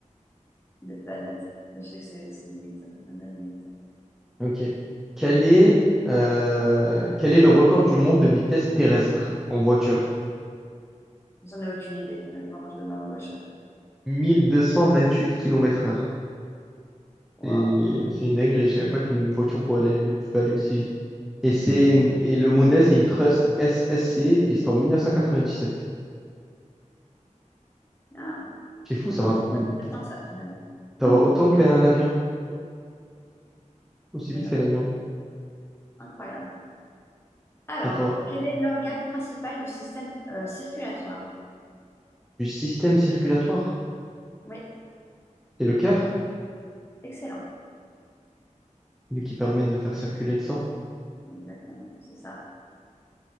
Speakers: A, on the left (about 20°); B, in the centre.
A: des planètes. Mais je sais que c'est c'est 8. Il y en a huit.
B: Ok. Quel est, euh, quel est le record du monde de vitesse terrestre en voiture?
A: J'en ai aucune idée. Mais Vraiment, je donne ma langue au chat.
B: 1228 km heure.
A: Waouh.
B: C'est c'est une dinguerie, je savais pas qu'une voiture pouvait aller, pouvait aller aussi vite. Et, c'est
A: Il y a mon nom.
B: une- et le modèle, c'est une Trust SSC et c'est en 1997.
A: Ah,
B: C'est fou,
A: eh
B: ça
A: ben,
B: va, peu-
A: c'est pas si intéressant
B: peu-
A: que ça finalement.
B: ça
A: <laughs> Hum,
B: va autant qu'un avion, aussi
A: Incroyable.
B: vite qu'un avion.
A: Incroyable. Alors,
B: Attends,
A: quel est l'organe principal du système euh, circulatoire?
B: du système circulatoire,
A: Oui,
B: c'est le cœur?
A: excellent.
B: celui qui permet de faire circuler le sang.
A: Exactement, c'est ça.